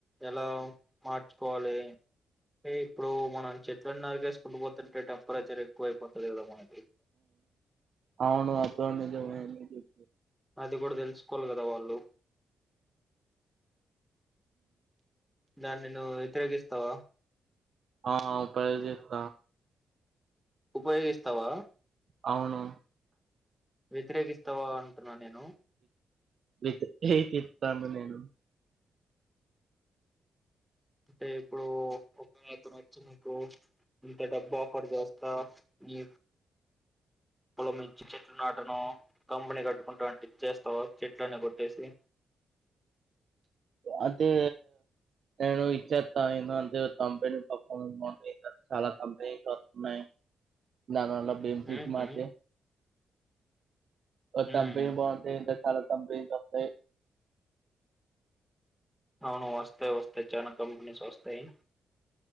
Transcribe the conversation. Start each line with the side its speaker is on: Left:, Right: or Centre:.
Centre: ఎలా మార్చుకోవాలి ఇప్పుడు మనం చెట్లలను నరికేసుకుంటూ పోతుంటే అపరాచారెక్కుపోతది మనకు
Right: అవను అది కూడా నిజమే బ్రో నువ్ చెప్పేది
Centre: అది కూడా తెలుసుకోవాలి కదా వాళ్ళు దాని నువ్ వెతిరేకిస్తావా
Right: ఆవు ట్రై జేత
Centre: ఉపయోగిస్తావా
Right: అవును
Centre: వ్యతిరేకిస్తావా అంటున్నా నేను
Right: వితిరేకితను నేను
Centre: అంటే ఇప్పుడు ఒక అతను వచ్చినకో ఇంత డబ్బు ఆఫర్ చేస్తా మీకు పొలం మంచి చెట్లు నాటను కంబని కట్టుకుంటా అంటే ఇచ్చేస్త చెట్లని కొట్టేసి
Right: అంటే నేను ఇచ్చేస్తా ఇంత అంతే కంపెనీ పర్ఫార్ బా చాలా కంపెనీస్ వస్తున్నాయి దానివల్ల బెన్ఫిట్
Centre: ఉహు
Right: మాదే
Centre: ఉమ్
Right: తంప బాగుంటాయి ఇంతకాల తంబి తస్త
Centre: అవును వస్తాయి వస్తాయి చనా కంపెనీస్ వస్తాయి